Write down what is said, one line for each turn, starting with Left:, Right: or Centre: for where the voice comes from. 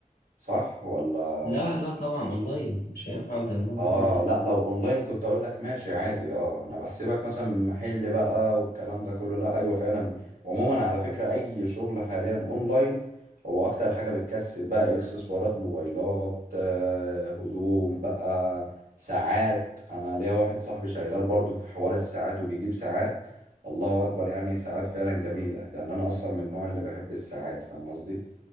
Right: صح ولا
Left: لا لا طبعا أونلاين مش هينفع أبدأ الموضوع
Right: اه
Left: طبعا حلو
Right: لا لو اونلاين كنت اقول لك ماشي عادي اه انا بحسبك مثلا محل بقى والكلام ده كله لا ايوه فعلا عموما على فكرة اي شغل حاليا اونلاين هو اكتر حاجة بتكسب بقى اكسسوارات موبايلات آه، هدوم بقى ساعات انا ليا واحد صاحبي شغال برضو في حوار الساعات وبيجيب ساعات الله اكبر يعني ساعات فعلا جميلة لان انا اصلا من النوع اللي بحب الساعات فاهم قصدي